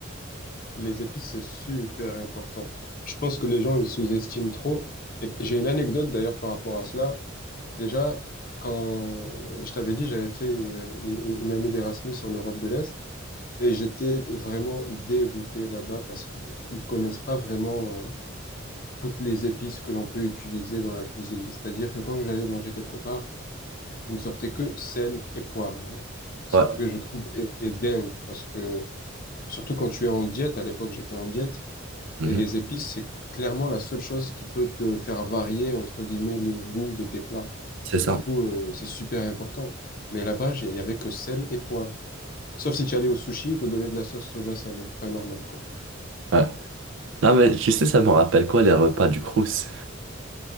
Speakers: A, on the left; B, on the right.
A: Les épices, c'est super important. Je pense que les gens, ils sous-estiment trop. Et j'ai une anecdote d'ailleurs par rapport à cela. Déjà, quand euh, je t'avais dit, j'avais fait une, une- une année d'Erasmus en Europe de l'Est et j'étais vraiment dégoûté là-bas parce qu'ils connaissent pas vraiment euh, toutes les épices que l'on peut utiliser dans la cuisine. C'est-à-dire que quand j'allais manger quelque part, ils me sortaient que sel et poivre. Ce
B: Ouais,
A: que je trouve est est dingue parce que surtout quand tu es en diète, à l'époque j'étais en diète,
B: Mhm.
A: et les épices, c'est clairement la seule chose qui peut te faire varier, entre guillemets, le goût de tes plats.
B: C'est ça.
A: Et du coup, euh, c'est super important. Mais là-bas, j'ai- il y avait que sel et poivre. Sauf si tu allais au sushi, ils te donnaient de la sauce soja salée. Enfin, normal, quoi.
B: ouais. Non, mais tu sais, ça me rappelle quoi les repas du Crous?